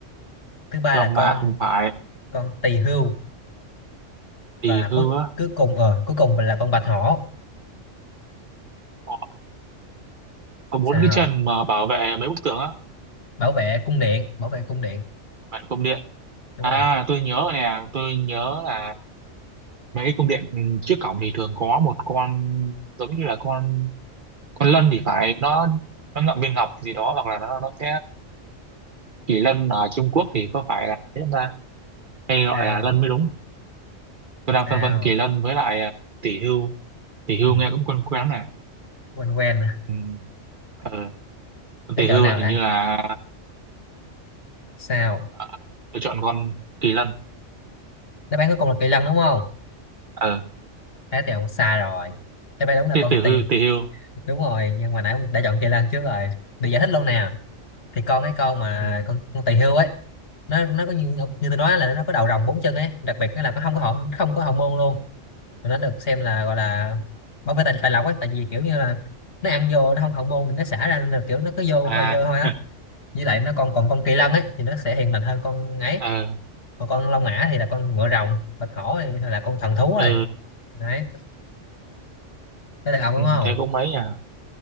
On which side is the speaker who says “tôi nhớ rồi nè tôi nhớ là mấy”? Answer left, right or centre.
Right